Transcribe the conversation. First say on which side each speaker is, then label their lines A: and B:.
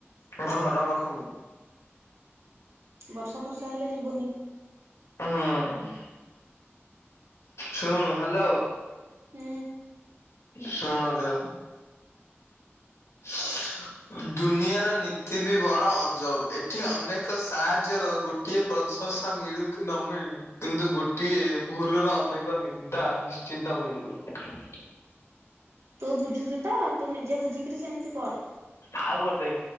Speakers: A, on the left (about 80°); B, on the right (about 85°).
A: ହେଁ ଘର ପାଖକୁ
B: ବର୍ଷା ଫର୍ଷା ହେଲେ ଯିବୁନି
A: ହୁଁ ଶୁଣ ହ୍ୟାଲୋ
B: ହୁଁ
A: ଶୁଣୁରେ ସୁଁହଁ ଦୁନିଆର ନୀତି ବି ବଡ ଅଜବ ଏଠିଁ ଅନେକ ସାହାଯ୍ୟର ଗୋଟ ଟିଏ ପ୍ରଶଂସା ମିଳୁ କି ନ ମିଳୁ କିନ୍ତୁ ଗୋଟିଏ ଭୁଲର ଅନେକ ନିନ୍ଦା ନିଶ୍ଚିନ୍ତ ମିଳିବ।
B: ତୁ ବୁଝୁଛୁ ତ ତୁ ନିଜେ ବୁଝିକିରି ସେମିତି କର।
A: ଆଉ ଗୋଟେ